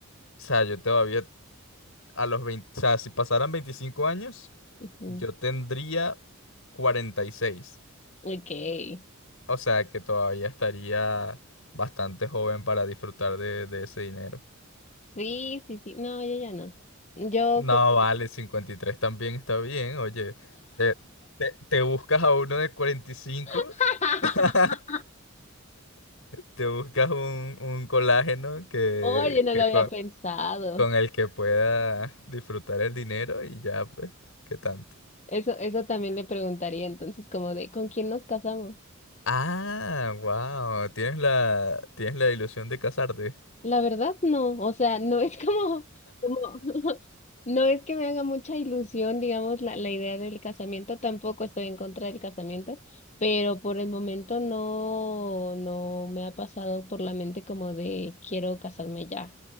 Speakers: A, on the left; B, on the left.
A: o sea, yo todavía a los 20 o sea, si pasaran 25 años,
B: ujú.
A: yo tendría 46.
B: Okay.
A: O sea que todavía estaría bastante joven para disfrutar de, de ese dinero.
B: Sí, sí, sí. No, yo ya no. Yo
A: No,
B: como...
A: vale, 53 también está bien, oye. Te, te- te buscas a uno de 45,
B: <laughs>
A: <laughs> te buscas un, un colágeno que,
B: Oye, no
A: que
B: lo había
A: co-
B: pensado.
A: con, el que puedas disfrutar el dinero y ya, pues, ¿qué tanto?
B: Eso, eso también le preguntaría entonces, como de, ¿con quién nos casamos?
A: Ah, wow, tienes la, tienes la ilusión de casarte.
B: La verdad, no, o sea, no es como, como, <laughs> no es que me haga mucha ilusión, digamos, la, la idea del casamiento, tampoco estoy en contra del casamiento, pero por el momento no, no me ha pasado por la mente como de, quiero casarme ya,